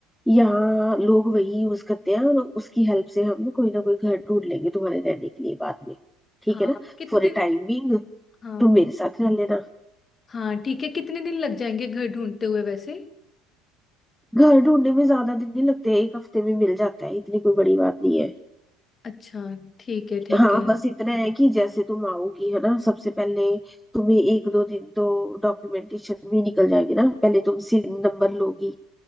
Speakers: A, in the centre; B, on the left (about 30°).
A: यहाँ लोग वही यूज करते हैं और उसकी हेल्प से हम ना कोई ना कोई घर ढूंढ लेंगे तुम्हारे रहने के लिए बाद में ठीक
B: हाँ
A: है ना
B: कितने
A: फॉर
B: दिन
A: ए टाइमिंग
B: हाँ
A: तुम मेरे साथ रह लेना
B: हाँ ठीक है कितने दिन लग जाएंगे घर ढूंढते हुए वैसे
A: घर ढूंढने में ज्यादा दिन नहीं लगते एक हफ्ते में मिल जाता है इतनी कोई बड़ी बात नहीं है
B: अच्छा ठीक है ठीक
A: हाँ
B: है
A: बस इतना है कि जैसे तुम आओगी है ना सबसे पहले तुम्हें एक दो दिन तो डॉक्यूमेंटेशन में निकल जाएगी ना पहले तुम सिन नंबर लोगी